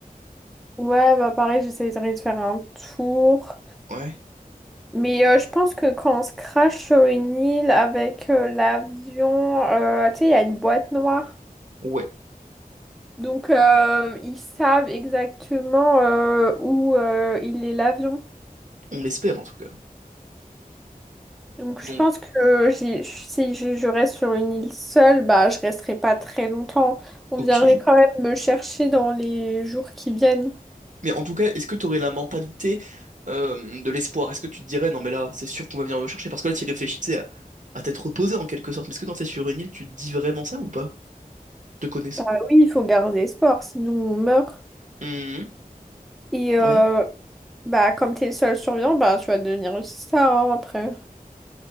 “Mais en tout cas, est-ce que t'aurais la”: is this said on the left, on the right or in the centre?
Right